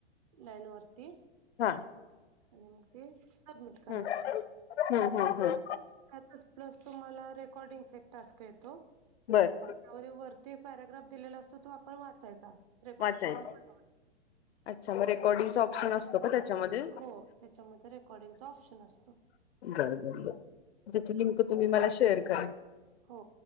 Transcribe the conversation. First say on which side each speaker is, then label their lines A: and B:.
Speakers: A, on the right; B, on the left.
A: लाईन वरती
B: हा
A: आणि मग ते सबमिट करायचं
B: हम्म हम्म हम्म हम्म
A: अटकच प्लस तुम्हाला रेकॉर्डिंगचा एक टास्क येतो
B: बरं.
A: त्या आय वरती एक पॅराग्राफ दिलेला असतो तो आपण वाचायचा रेकॉर्ड
B: वाचायचा.
A: करून पाठवायचा.
B: अच्छा मग रेकॉर्डिंगचा ऑप्शन असतो का त्याच्यामध्ये
A: हो, त्याच्यामध्ये रेकॉर्डिंग चा ऑप्शन असतो.
B: बर बर बर त्याची लिंक तुम्ही मला शेअर करा
A: हो